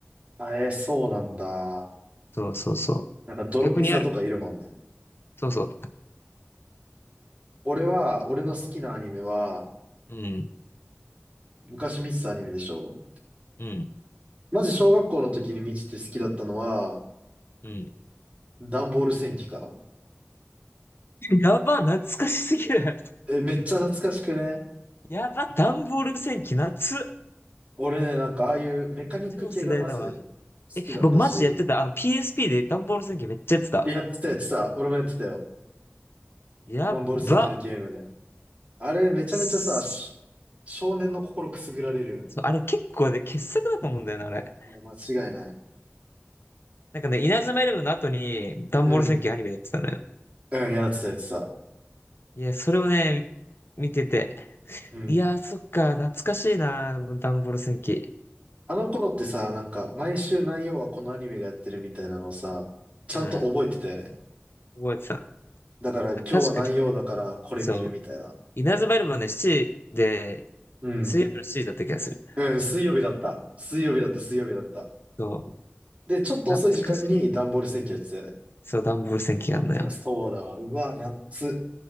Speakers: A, on the right; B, on the left.
A: あ、えーそうなんだ。
B: そうそうそう。
A: なんか泥ピザとかいるもんね。
B: 逆にある。そうそう。
A: 俺は、俺の好きなアニメは、
B: うん、
A: 昔見てたアニメでしょ
B: うん、
A: まず小学校の時に見てて好きだったのは、
B: うん。
A: ダンボール戦記かな。
B: やば、懐かしすぎる。
A: え、めっちゃ懐かしくね。
B: やば、段ボール戦記、夏。
A: 俺ね、なんかああいうメカニック系がまず好きだったし、
B: 超世代だわ。え、僕マジでやってた。あの PSP で段ボール戦記めっちゃやってた。
A: やってたやってた。俺もやってたよ。
B: やば。
A: ダンボール戦記のゲームね。あれめちゃめちゃさ、
B: くっ
A: し少年の心くすぐられるよね。
B: そあれ結構ね、傑作だと思うんだよな、あれ。
A: いや、間違いない。
B: なんかね、稲妻イレブンの後に、ダンボール戦記アニメやってたのよ。
A: うん。うん、やってた、やってた。
B: いや、それをね、見てて。
A: うん。
B: いや、そっか、懐かしいな、ダンボール戦記。
A: あの頃ってさ、なんか、毎週何曜はこのアニメがやってるみたいなのをさ、ちゃんと覚えてたよね。
B: うん、覚えてた。
A: だから、今日は何曜だから、
B: 確か、
A: これ見るみたいな。
B: そう。稲妻イレブンはね、7で、
A: うん。
B: 水曜日の7だった気がする。
A: うん、水曜日だった。水曜日だった、水曜日だった。
B: そう、
A: で、ちょっと遅い時間に段ボール戦記やってたよね。
B: 懐かしい。そう、ダンボール戦記があんのよ。
A: いやそうだわ。うわ、夏。